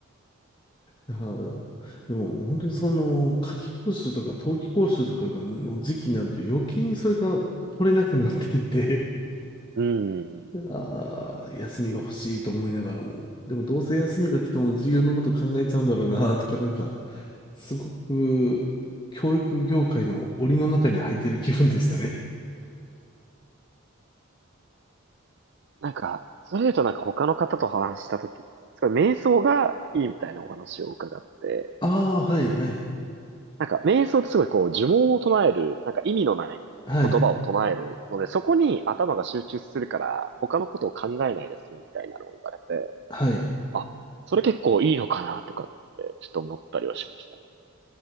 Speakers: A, on the left; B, on the right.
A: はあでももう本当にその夏季講習とか冬季講習とかがの時期になると余計にそれが取れなくなっていて
B: うん。
A: ああ、休みが欲しいと思いながらも、でもどうせ休みが来ても授業のこと考えちゃうんだろうなとか、なんか、すごく教育業界の檻の中に入ってる気分でしたね。
B: なんか、それで言うとなんか他の方と話したとき、すごい瞑想がいいみたいなお話を伺って、
A: ああ、はい、はい、
B: なんか、瞑想ってすごいこう、呪文を唱える、なんか意味のない言葉を唱えるので、
A: はい、
B: そこに頭が集中するから、他のことを考えないです、みたいなのを言われて、
A: はい。
B: あ、それ結構いいのかな、とかって、ちょっと思ったりはしましたね。